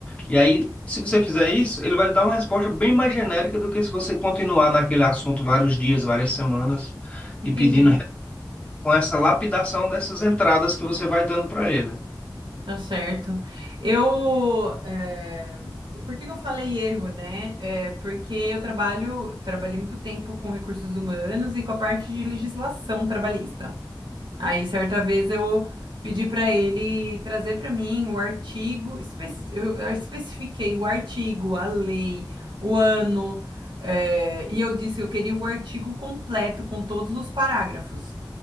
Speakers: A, on the left; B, on the right.
A: E aí, se você fizer isso, ele vai lhe dar uma resposta bem mais genérica do que se você continuar naquele assunto vários dias, várias semanas
B: entendi.
A: e pedindo Uhum. com essa lapidação dessas entradas que você vai dando para ele.
B: Tá certo. Eu, é, por que que eu falei erro, né? É porque eu trabalho, trabalhei muito tempo com recursos humanos e com a parte de legislação trabalhista. Aí, certa vez, eu pedi para ele trazer para mim o artigo, especi- eu especifiquei o artigo, a lei, o ano, eh, e eu disse que eu queria o artigo completo com todos os parágrafos.